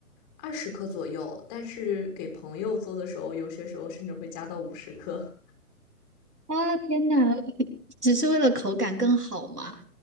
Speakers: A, on the left; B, on the right.
A: 二十克左右，但是给朋友做的时候，有些时候甚至会加到五十克。
B: 啊，天哪，只是为了口感更好吗？